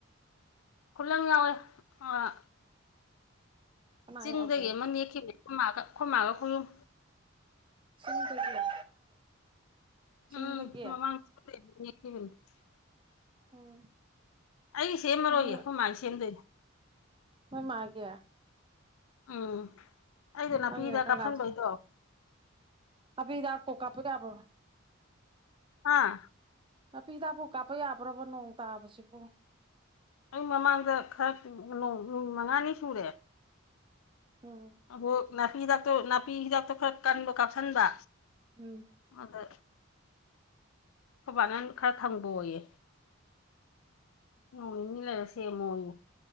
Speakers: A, on the left; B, on the right.
A: ꯈꯨꯜꯂꯪ ꯌꯥꯎꯋ‌ꯦ ꯑꯥ
B: ꯀꯅꯥ
A: ꯆꯤꯟꯗꯒꯤ
B: ꯌꯥꯎꯒꯦ
A: ꯑꯃ ꯅꯦꯛꯈꯤꯕꯅꯦ ꯈꯣꯏꯃꯥꯒꯥ ꯈꯣꯏꯃꯥꯒꯥ ꯈꯣꯏꯍꯨꯝ
B: ꯁꯤꯟꯗꯒꯤ ꯆꯤꯡꯗꯒꯤ
A: ꯎꯝ <unintelligible>
B: ꯎꯝ
A: ꯑꯩ ꯁꯦꯝꯃꯔꯣꯏꯌꯦ
B: ꯎꯝ
A: ꯑꯩꯈꯣꯏ ꯃꯥꯥꯏ ꯁꯦꯝꯗꯣꯏꯅꯦ
B: ꯅꯣꯏ ꯃꯥꯒꯤ
A: ꯎꯝ ꯑꯩꯗꯣ ꯅꯥꯄꯤ
B: ꯅꯪꯒꯤꯅ
A: ꯍꯤꯗꯥꯛ
B: ꯀꯔꯝ
A: ꯀꯥꯞꯁꯤꯟꯕꯩꯗꯣ
B: ꯀꯥꯟ ꯅꯥꯄꯤ ꯍꯤꯗꯥꯛꯇꯣ ꯀꯥꯞꯄ ꯌꯥꯕꯔꯣ
A: ꯑꯥ
B: ꯅꯥꯄꯤ ꯍꯤꯗꯥꯛꯕꯨꯨ ꯀꯥꯞꯄ ꯌꯥꯕ꯭ꯔꯕ ꯅꯣꯡ ꯇꯥꯕꯁꯤꯕꯨ
A: ꯑꯩ ꯃꯃꯥꯡꯗ ꯈꯔ ꯅꯨ ꯅ‌ꯣꯡ ꯅꯨꯃꯤꯠ ꯃꯉꯥꯅꯤ ꯁꯨꯔꯦ
B: ꯎꯝ
A: ꯑ ꯅꯥꯄꯤ ꯍꯤꯗꯥꯛꯇꯣ ꯅꯥꯄꯤ ꯍꯤꯗꯥꯛꯇꯣ ꯈꯔ ꯀꯟꯕ ꯀꯥꯞꯁꯤꯟꯕ
B: ꯎꯝ
A: ꯑꯗ ꯈ‌ꯣꯏꯕꯥꯅ ꯈꯔ ꯊꯝꯕ‌ꯣꯌꯦ ꯅ‌ꯣꯡ ꯅꯤꯅꯤ ꯂꯩꯔ ꯁ‌ꯦꯝꯃ‌ꯣꯌ‌ꯦ